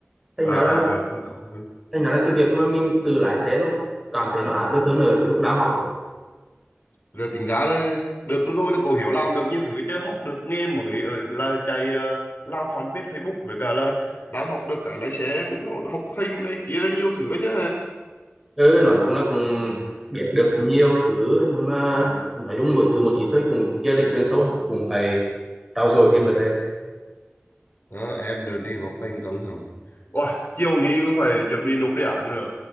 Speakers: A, in the centre; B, on the left (about 55°).
A: thành
B: à
A: ra là
B: à, à, không có hơn
A: thành ra là cái việc mà mình tự lái xe nó cảm thấy nó áp lực hơn ở cái lúc đang học đó
B: rồi tính ra là đợt vừa rồi là cậu hiểu làm được nhiều thứ chứ học được nghề mới ở là chạy ờ, làm fanpage Facebook với cả là đang học được cái lái xe nó học hành này kia nhiều thứ chứ
A: Ừ, nói chung là cũng biết được nhiều thứ nhưng mà nói chung mỗi thứ một ít thôi cũng chưa được chuyên sâu cũng phải trau dồi thêm mà thế
B: Ờ, em đợt đi học hành căng thẳng Ôi, chiều nay cũng phải chuẩn bị nộp đề án nữa